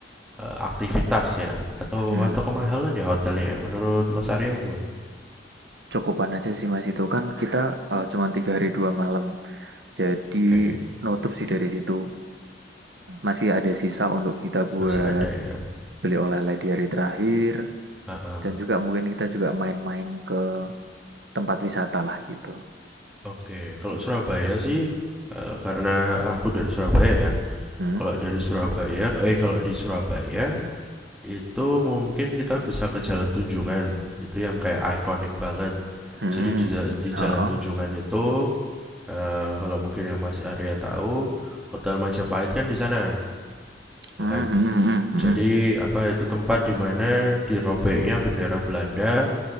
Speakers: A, in the centre; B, on the right.
A: eh, aktivitas ya atau
B: mhm.
A: atau kemahalan ya hotelnya menurut Mas Arya gimana
B: Cukupan aja sih Mas itu kan kita eh, cuma tiga hari dua malam. Jadi
A: oke
B: nutup sih dari situ. Masih ada sisa untuk kita buat
A: masih ada ya
B: beli oleh-oleh di hari terakhir
A: Ha-ha.
B: dan juga mungkin kita juga main-main ke tempat wisata lah gitu.
A: Oke, kalau Surabaya sih eh, karena aku dari Surabaya ya.
B: Hmm.
A: Kalau dari Surabaya, eh kalau di Surabaya itu mungkin kita bisa ke Jalan Tunjungan. Itu yang kayak ikonik banget.
B: Mhm,
A: Jadi di ja- di Jalan
B: heeh,
A: Tunjungan itu eh, kalau mungkin yang Mas Arya tahu, Hotel Majapahit kan di sana,
B: hmm,
A: ya kan?
B: hmm, hmm,
A: Jadi apa itu tempat di mana dirobeknya bendera Belanda,